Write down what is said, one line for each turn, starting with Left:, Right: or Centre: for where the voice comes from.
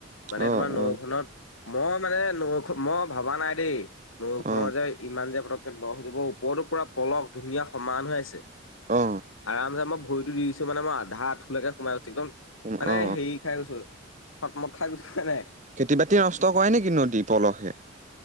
Left: মানে
Right: অ
Left: তোমাৰ নৈখনত
Right: অ
Left: মই মানে নৈখন মই ভবা নাই দেই নৈখনৰ
Right: অ
Left: যে ইমান যে পটকতে দ হৈ যাব ওপৰতো পুৰা পলস ধুনীয়া সমান হৈ আছে
Right: অ
Left: আৰামচে মই ভৰিটো দি দিছো মানে মই আধা আথুলৈকে সোমাই গৈছে একদম
Right: অ
Left: মানে
Right: অ
Left: হেৰি খাই গৈছো থট মট খাই গৈছো মানে
Right: খেতি বাতি নষ্ট কৰে নেকি নদী পলসে